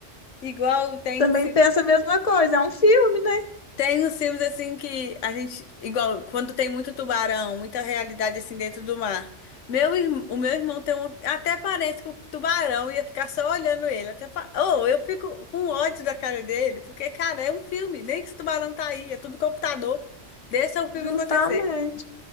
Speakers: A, on the left (about 80°); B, on the left (about 35°).
A: Igual tem.
B: Também
A: um
B: penso a mesma coisa, é um filme, né?
A: tem os filmes assim que a gente, igual, quando tem muito tubarão, muita realidade assim dentro do mar. Meu, irm- o meu irmão tem um, até parece que o tubarão ia ficar só olhando ele. Até pa- oh, eu fico com ódio da cara dele, porque, cara, é um filme, nem que esse tubarão tá aí, é tudo computador. Deixa o
B: Justamente.
A: filme acontecer.